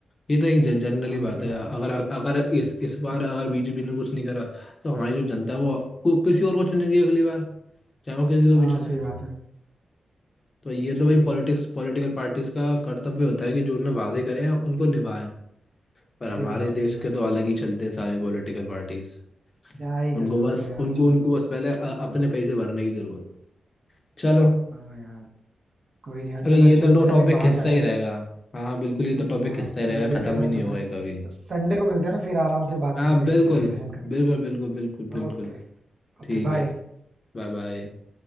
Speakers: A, on the left; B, on the right.
A: ये तो एक जनरली
B: हाँ
A: बात
B: सही
A: है अगर
B: बात है
A: अगर इस इस बार अगर बीजेपी ने कुछ नहीं करा तो हमारी जो जनता है वो को, किसी और को चुनेगी अगली बार चाहे वो किसी को
B: हाँ
A: भी चुने
B: सही बात है
A: तो ये तो
B: चलो
A: भाई पॉलिटिक्स पॉलिटिकल पार्टीज का कर्तव्य होता है कि जो उन्होंने वादे
B: हाँ,
A: करे हैं उनको निभाएं पर हमारे
B: सही बात है सही
A: देश
B: बात
A: के तो
B: है यार
A: अलग ही चलते हैं सारे पॉलिटिकल पार्टीज
B: क्या ही
A: उनको
B: कर सकते
A: बस
B: हैं यार
A: उनको
B: छोड़ो
A: उनको बस पहले अ- अपने पैसे भरने की जरूरत चलो
B: हाँ यार कोई नहीं यार
A: चलो
B: चलो
A: ये
B: एक्चुअली
A: तो
B: मुझे ना
A: टॉपिक
B: कहीं बाहर
A: हिस्सा
B: जाना
A: ही
B: है
A: रहेगा हाँ हाँ बिल्कुल ये तो टॉपिक
B: हाँ
A: हिस्सा ही रहेगा
B: मतलब डिस्कशन
A: खत्म ही नहीं
B: चलते
A: होगा
B: रहेगा
A: ये कभी
B: संडे को मिलते हैं ना फिर आराम से बात
A: हाँ
B: करते हैं
A: बिल्कुल
B: इस पर डिस्कशन करेंगे
A: बिल्कुल बिल्कुल बिल्कुल बिल्कुल
B: ओके Okay
A: ठीक
B: bye
A: है Bye bye